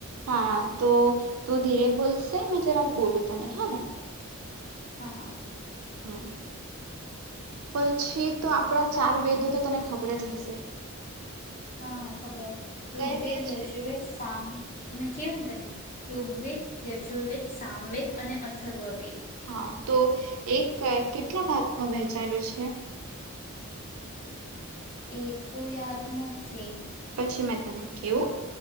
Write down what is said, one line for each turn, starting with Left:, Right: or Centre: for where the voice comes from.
Right: હા તો તું ધીરે બોલશે મેં જરાક બોલું તને હા ને.
Left: હા હા.
Right: હમ પછી તો આપડા ચાર વેદો તો તને ખબર જ હશે.
Left: હા હા ખબર. ઋગ્વેદ,
Right: કયા કયા છે
Left: યસવેસ સામ મને કેવ ન તને
Right: હા
Left: ઋગ્વેદ યજુર્વેદ સામવેદ અને અથર્વવેદ
Right: હા તો એક કેટલા ભાગમાં વહેંચાયેલું છે.
Left: હ એતો યાદ નથી
Right: પછી મેં તને કેવ